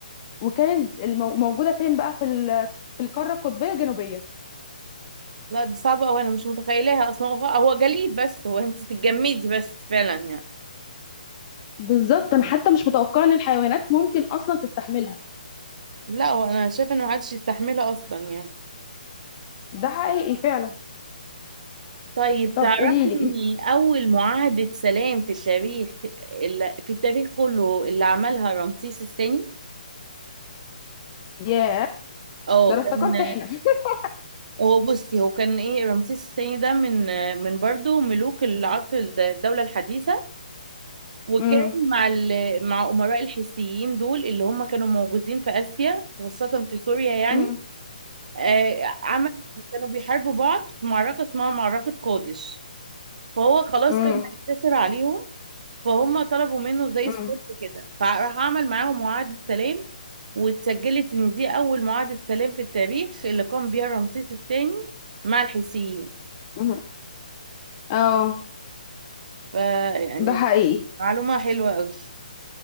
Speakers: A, on the left; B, on the right.
A: وكانت المو- موجوده فين بقى في ال- في القاره القطبيه الجنوبيه
B: لا دي صعبة أوي أنا مش متخيلاها أصلا هو هو جليد بس هو أنت تتجمدي بس فعلا يعني
A: بالظبط انا حتى مش متوقعه ان الحيوانات ممكن اصلا تستحملها
B: لا وأنا شايفة إنه محدش يستحملها أصلا يعني
A: ده حقيقي فعلا
B: طيب
A: طب
B: تعرفي
A: قولي لي
B: إن
A: انت
B: أول معاهدة سلام في التاريخ اللي في التاريخ كله اللي عملها رمسيس الثاني
A: ياه
B: أه
A: ده انا
B: كان
A: افتكرت احنا <laughs>
B: هو بصي هو كان إيه رمسيس الثاني ده من من برضه ملوك العصر الد- الدولة الحديثة وكان
A: امم
B: مع ال... مع أمراء الحيثيين دول اللي هم كانوا موجودين في آسيا خاصة في سوريا يعني
A: امم
B: آه، عمل كانوا بيحاربوا بعض في معركة اسمها معركة قادش فهو خلاص
A: امم
B: كان هينتصر عليهم فهم طلبوا منه زي
A: امم
B: الصلح كده فراح عمل معاهم معاهدة سلام واتسجلت ان دي اول معاهدة سلام في التاريخ اللي قام بيها رمسيس الثاني مع الحيثيين
A: امم اه
B: ف يعني
A: ده حقيقي
B: معلومة حلوة قوي